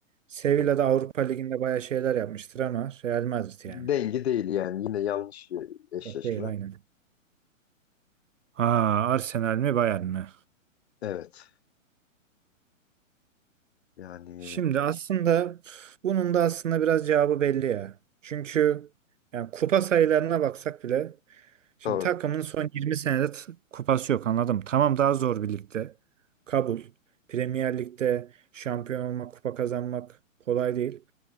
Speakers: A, on the right (about 65°); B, on the left (about 50°).
A: Sevilla
B: Evet.
A: da Avrupa Ligi'nde bayağı şeyler yapmıştır ama Real Madrid yani.
B: Dengi değil yani yine yanlış bir eşleşme.
A: Evet, değil aynen. Ha, Arsenal mi Bayern mi?
B: Evet. Yani
A: Şimdi aslında üf, bunun da aslında biraz cevabı belli ya. Çünkü yani kupa sayılarına baksak bile şimdi
B: doğru.
A: takımın son 20 senede t- kupası yok anladım. Tamam daha zor bir ligde. Kabul. Premier Lig'de şampiyon olmak, kupa kazanmak kolay değil.